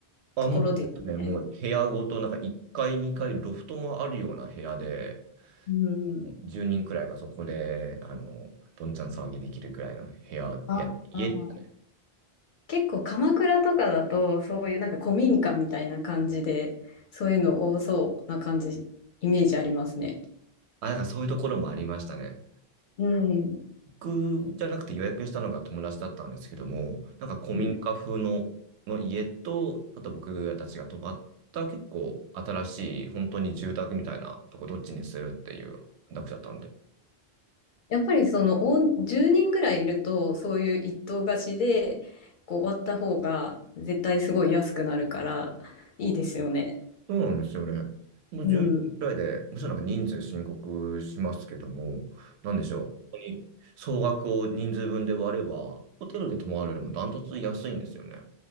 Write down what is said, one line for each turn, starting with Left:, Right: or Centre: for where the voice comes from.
Right: あ、
Left: ところですね。
Right: もう、ね、もう部屋ごと、なんか1階、2階、ロフトもあるような部屋で、
Left: うんうん。
Right: もう10人くらいがそこで、あの、どんちゃん騒ぎできるくらいの部屋、部屋、
Left: ああ。
Right: 家でしたね。
Left: 結構鎌倉とかだとそういうなんか古民家みたいな感じでそういうの多そうな感じイメージありますね。
Right: あ、なんかそういうところもありましたね。
Left: うん。
Right: 僕じゃなくて予約したのが友達だったんですけども、なんか古民家風の、
Left: うん
Right: の家と、あと僕たちが泊まった結構新しい、本当に住宅みたいなとこどっちにするっていう話だったので、
Left: やっぱりそのお10人ぐらいいるとそういう一棟貸しでこう割った方が絶対すごい安くなるからいいですよね。
Right: そうなんですよね。もう10人くらいで、
Left: うん。
Right: むしろなんか人数申告しますけども、なんでしょう。本当に総額を人数分で割れば、ホテルで泊まるよりもダントツ安いんですよね。